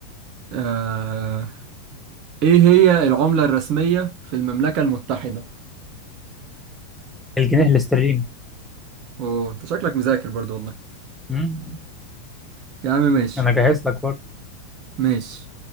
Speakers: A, on the right; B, in the centre.
A: آه... ايه هي العملة الرسمية في المملكة المتحدة
B: الجنيه الاسترليني
A: اوه انت شكلك مذاكر برضو والله
B: مم.
A: يا عم ماشي
B: انا جاهز لك برضه
A: ماشي